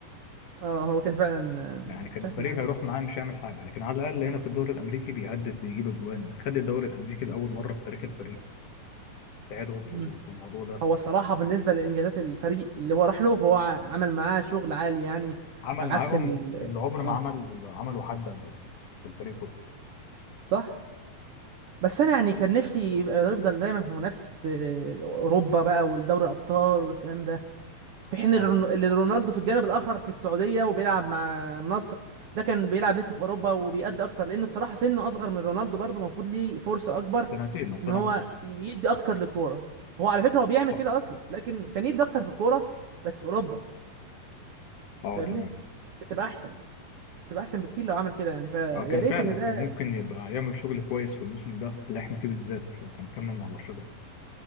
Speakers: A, on the right; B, on the left.
A: اه هو كان فعلا آه،
B: يعني كان
A: مش
B: الفريق
A: احسن حاجه
B: هيروح معاه مش هيعمل حاجه لكن على الاقل هنا في الدوري الامريكي بيهدف بيجيب اجوان خد الدوري الامريكي لاول مره في تاريخ الفريق ساعدهم في
A: مم.
B: الموضوع ده
A: هو الصراحه بالنسبه لانجازات الفريق اللي هو راح له فهو ع- عمل معاه شغل عالي يعني
B: عمل
A: على
B: معاهم
A: عكس ال
B: اللي عمر ما
A: اه
B: عمل عمله حد قبله في الفريق كله
A: صح بس انا يعني كان نفسي يبقى يفضل دايما في منافسه آه، اوروبا بقى والدوري الابطال والكلام ده في حين
B: اه
A: الرون- اللي رونالدو في الجانب الاخر في السعوديه وبيلعب مع النصر ده كان بيلعب لسه في اوروبا وبيأدي اكتر لان الصراحه سنه اصغر من رونالدو برضه المفروض ليه فرصه اكبر
B: سنتين او سنه
A: ان هو
B: ونص
A: يدي اكتر للكوره هو على فكره هو بيعمل
B: صح
A: كده اصلا لكن كان يدي اكتر في الكوره بس في اوروبا
B: اه
A: فاهمني
B: تمام
A: بتبقى احسن بتبقى احسن بكتير لو عمل كده يعني فيا
B: اه كان
A: ريت
B: فعلا
A: ان ده
B: كان ممكن يبقى يعمل شغل كويس في الموسم ده اللي احنا فيه بالذات لو كان كمل مع برشلونه